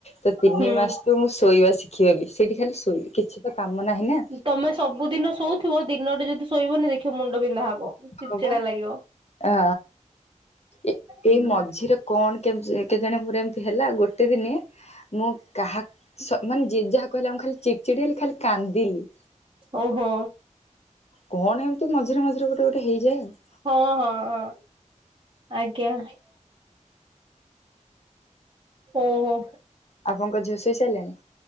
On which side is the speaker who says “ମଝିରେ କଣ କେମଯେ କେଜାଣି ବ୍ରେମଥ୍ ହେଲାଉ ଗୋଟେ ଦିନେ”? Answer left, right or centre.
Left